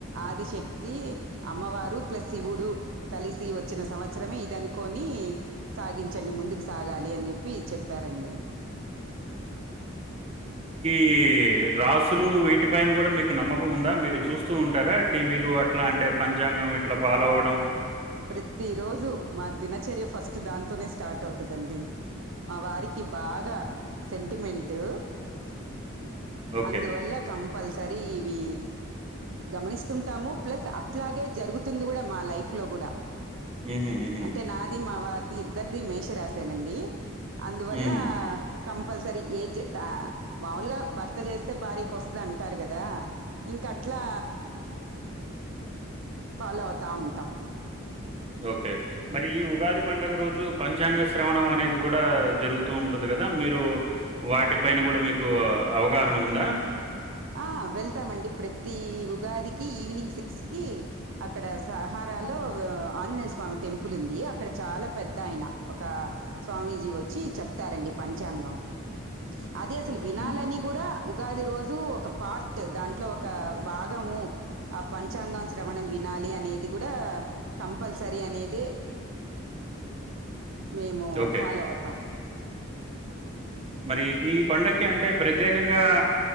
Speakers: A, on the right; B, on the right.
A: ఆదిశక్తి అమ్మవారు ప్లస్ శివుడు కలిసి వచ్చిన సంవత్సరమే ఇది అనుకని సాగించండి ముందుకు సాగాలి అని చెప్పి చెప్పారండి.
B: ఏ రాసులు వీటిపైన కూడా మీకు నమ్మకం ఉందా మీరు చూస్తూ ఉంటారా టీవీలు అట్లా అంటే పంచాంగం ఇట్లా ఫాలో అవ్వడం.
A: ప్రతి రోజు మా దినచర్య ఫస్ట్ దాంతోనే స్టార్ట్ అవుతుందండి. మా వారికి బాగా సెంటిమెంట్.
B: ఓకే.
A: అందువల్ల కం కంపల్సరీ ఇవి గమనిస్తుంటాము ప్లస్ అట్లాగే జరుగుతుంది కూడా మా లైఫ్ లో కూడా
B: హుహు. హుహు.
A: అంటే నాది మావారీ అది ఇద్దరిది మేష రాశేనదే అందువల్ల
B: ది హుహు.
A: కంప కపల్సరీ ఏ మాములుగా భర్త చేస్తే భారీకి వస్తుంది అంటారు కదా ఇంక అట్లా ఫాలో అవుతా ఉంటాం
B: ఓకే మరి ఈ ఉగాది పండుగ రోజు పంచాంగ శ్రవణం అనేది కూడా జరుగుతూ ఉంటుంది కదా మీరు వాటి పైన కూడా మీకు అవగాహన ఉందా
A: ఆ వెళ్తామండి ప్రతి ఉగాదికి ఈవినింగ్ సిక్స్ కి అక్కడ సహారాలో ఆంజనేయ స్వామి టెంపుల్ ఉంది అక్కడ చాలా పెద్ద ఆయిన ఒక స్వామీజీ వచ్చి చెప్తారండి పంచాంగం అది అసలు వినాలని
B: హ్మ్.
A: కూడా ఉగాది రోజు పార్ట్ దాంట్లో ఒక భాగము ఆ పంచాంగం శ్రవణం వినాలి అనేది కూడా కంపల్సరీ అనేద మేము
B: ఓకే.
A: ఫాలో అవుతాం
B: మరి ఈ పండకి అంటే ప్రత్యేకంగా